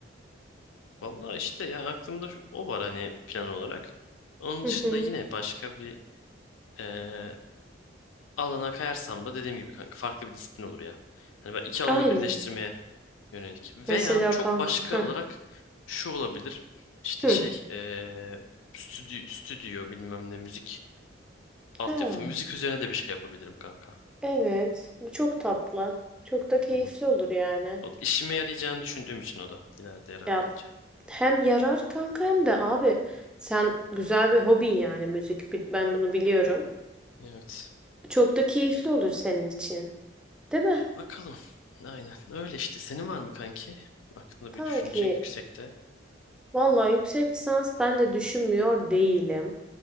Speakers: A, on the left; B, in the centre.
A: Vallahi işte ya aklımda şu- o var hani plan olarak. Onun
B: Hı
A: dışında
B: hı.
A: yine başka bir eee, alana kayarsam da dediğim gibi kanka farklı bir disiplin olur ya. Hani ben iki alanı
B: Aynen.
A: birleştirmeye yönelik. Veya
B: Mesela
A: çok
B: kanka.
A: başka
B: Hı.
A: olarak şu olabilir. İşte
B: Hı.
A: şey eee stüdyo, stüdyo bilmem ne müzik altyapı.
B: Ha.
A: Müzik üzerine de bir şey yapabilirim kanka.
B: Evet, bu çok tatlı. Çok da keyifli
A: Hı hı.
B: olur yani.
A: O da işime yarayacağını düşündüğüm için o da ileride yarar
B: Ya
A: bence.
B: hem yarar kanka hem de abi sen güzel bir hobin yani müzik. Bi- Ben bunu biliyorum.
A: Evet.
B: Çok da keyifli olur senin için. Değil mi?
A: Bakalım. Aynen. Öyle işte. Senin var mı kanki? Aklında
B: Kanki
A: bir düşünce yüksekte.
B: vallahi yüksek lisans ben de düşünmüyor değilim.